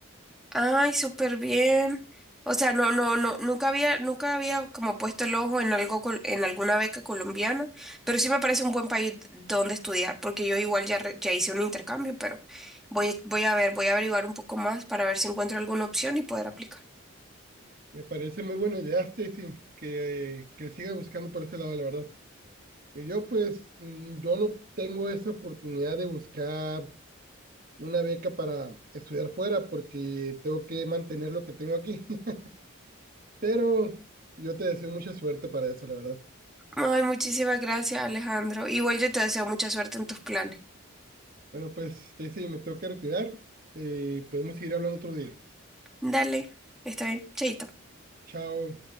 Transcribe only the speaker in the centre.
Ay, súper bien. O sea, no, no, no, nunca había, nunca había como puesto el ojo en algo, col- en alguna beca colombiana, pero sí me parece un buen país donde estudiar, porque yo igual ya, re- ya hice un intercambio, pero voy, voy a ver, voy a averiguar un poco más para ver si encuentro alguna opción y poder aplicar.
Ay, muchísimas gracias, Alejandro. Igual yo te deseo mucha suerte en tus planes.
Dale, está bien, chaito.